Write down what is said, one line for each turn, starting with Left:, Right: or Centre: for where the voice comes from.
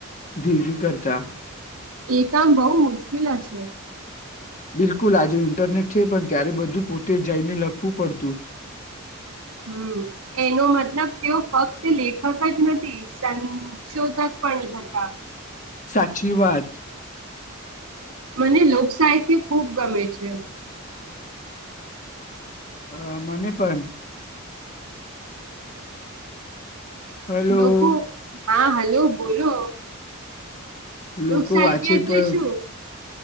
Left: ભીવી કરતા.
Right: એ કામ બહુ મુશ્કેલ હશે.
Left: બિલકુલ આજે ઇન્ટરનેટ છે પણ ત્યારે બધું પોતે જઈને લખવું પડતું.
Right: હમ એનો મતલબ તેઓ ફક્ત લેખક જ નથી સંશોધક પણ હતા.
Left: સાચી વાત.
Right: મને લોકસાહિત્ય ખૂબ ગમે છે.
Left: અ મને પણ. હલો.
Right: લોકો હા હલો બોલો.
Left: લોકો
Right: લોક સાહિત્ય
Left: વાંચે
Right: એટલે
Left: પણ
Right: શું?